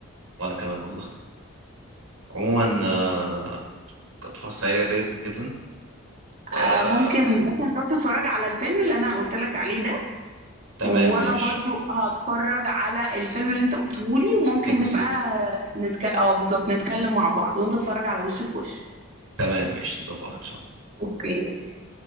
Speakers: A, on the right; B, on the right.
A: وأنا كمان والله عموما آه، كانت فرصة سعيدة جدا جدا جدا و
B: آه، ممكن ممكن تروح تتفرج على الفيلم اللي انا قلت لك عليه ده
A: تمام
B: وانا
A: ماشي
B: برضو هتفرج على الفيلم اللي انت قلته لي وممكن
A: سيكو
B: نبقى
A: سيكو
B: نتك... اه بالظبط نتكلم مع بعض وانت تتفرج على وش في وش
A: تمام ماشي نظبطها إن شاء الله
B: اوكي ماشي